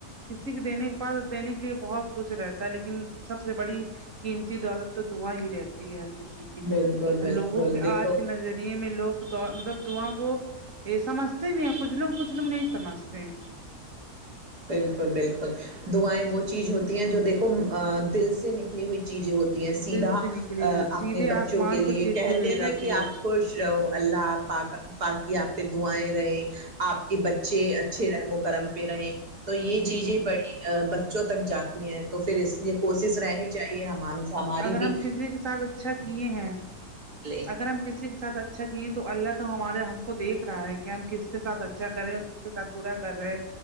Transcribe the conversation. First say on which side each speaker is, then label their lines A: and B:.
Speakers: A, on the right; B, on the right.
A: کسی کے دینے کے پاس دینے کے لیے بہت کچھ رہتا ہے لیکن سب سے بڑی قیمتی دولت تو دعا ہی رہتی ہے ہر کسی کے لیے
B: بالکل
A: اور لوگوں
B: بالکل
A: کے
B: دیکھو
A: آج نظریے میں لوگ دعا مطلب دعا کو یہ سمجھتے بھی ہے کچھ لوگ کچھ لوگ نہیں سمجھتے
B: بالکل بالکل دعائیں وہ
A: جی
B: چیز ہوتی ہیں جو دیکھو دل سے نکلی ہوئی چیزیں ہو سیدھا
A: دل سے نکلی ہوئی
B: اپنے
A: سیدھے
B: بچوں
A: آسمان
B: کے لیے
A: کو چیرتے
B: کہتے
A: ہوئے
B: ہیں ناں
A: جاتی
B: کہ آپ
A: ہے
B: خوش رہو اللہ پاک پاک کی آپ پہ دعائیں رہیں آپ کے بچے اچھے رحم و کرم پہ رہے تو یہ
A: جی
B: چیزیں
A: جی
B: بڑی بچوں تک جاتی ہیں تو پھر اس یہ کوشش رہنی چاہیے ہم ہماری
A: اگر
B: بھی
A: ہم کسی کے ساتھ اچھا کیے ہیں
B: لیں۔
A: اگر ہم کسی کے ساتھ اچ ھا کیے تو اللہ تو ہمارے ہم کو دیکھ رہا ہے کہ ہم کس کے ساتھ اچھا کریں اور کس کے ساتھ برا کر رہے